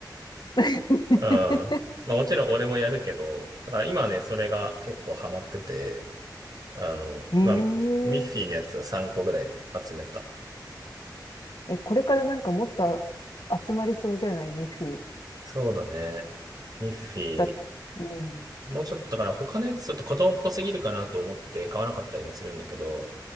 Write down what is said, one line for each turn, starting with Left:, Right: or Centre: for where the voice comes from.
Left: <laughs>
Right: <laughs> うん。<laughs> まあもちろん俺もやるけど、だから今ね、それが結構ハマってて、あの、
Left: ええ
Right: まあ、ミッフィーのやつを3個ぐらい集めた。
Left: え、これからなんかもっと集まりそうじゃないミッフィー。
Right: そうだね。ミッフィー。
Left: だ、うん、
Right: もうちょっと、だから他のやつちょっと子供っぽすぎるかなと思って買わなかったりもするんだけど、